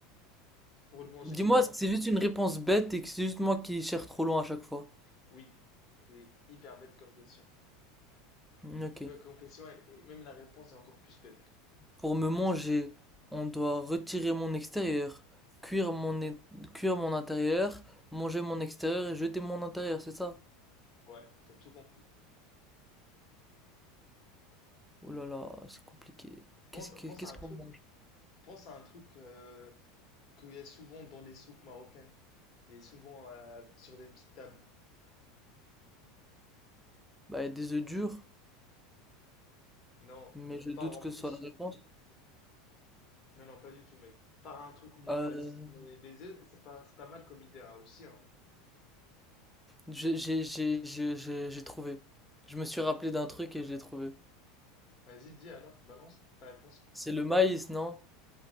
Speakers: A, on the left; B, in the centre.
A: Pour le manger,
B: Dis-moi
A: tu dois
B: que c'est juste une réponse bête et que c'est juste moi qui cherche trop loin à chaque fois.
A: Oui, c'est hyper bête comme question.
B: Hmm, Ok.
A: Que- Comme question, et, et même la réponse est encore plus bête.
B: Pour me manger, on doit retirer mon extérieur, cuire mon, é- cuire mon intérieur, manger mon extérieur et jeter mon intérieur, c'est ça?
A: Ouais, t'as tout compris.
B: Oh là là, c'est compliqué.
A: Pense,
B: Qu'est-ce que,
A: pense
B: qu'est-ce
A: à un
B: qu'on
A: truc,
B: mange?
A: pense à un truc euh, qu'il y a souvent dans les soupes marocaines. Il y a souvent euh, sur des petites tables.
B: Bah, des œufs durs,
A: Non,
B: mais je doute
A: par en
B: que
A: plus.
B: ce soit la réponse.
A: Non, non, pas du tout, mec. Par un truc moins
B: Euh,
A: classique. Mais les œufs, c'est pas, c'est pas mal comme idée hein, aussi. Hein.
B: j'ai, j'ai, j'ai, j'ai, j'ai j'ai trouvé. Je me suis rappelé d'un truc et je l'ai trouvé.
A: Vas-y, dis alors, balance ta réponse.
B: C'est le maïs, non?